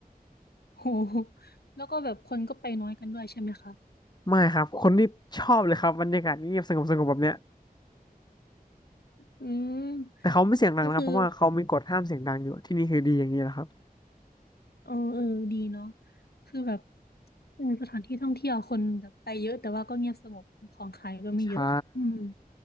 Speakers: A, on the left; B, on the left.
A: <laughs> โอโหแล้วก็แบบคนก็ไปน้อยกันด้วยใช่ไหมคะ
B: ไม่ครับ คนที่ชอบเลยครับบรรยากาศเงียบสงบสงบแบบเนี้ย
A: อืมก็คือ
B: แต่เขาไม่เสียงดังนะครับ เพราะว่าเขามีกฎห้ามเสียงดังอยู่ที่นี่คือดีอย่างนี้แหละครับ
A: เออเออดีเนาะคือแบบเออสถานที่ท่องเที่ยวคนแบบไปเยอะแต่ว่าก็เงียบสงบของขายก็ไม่เยอะอืม
B: ใช่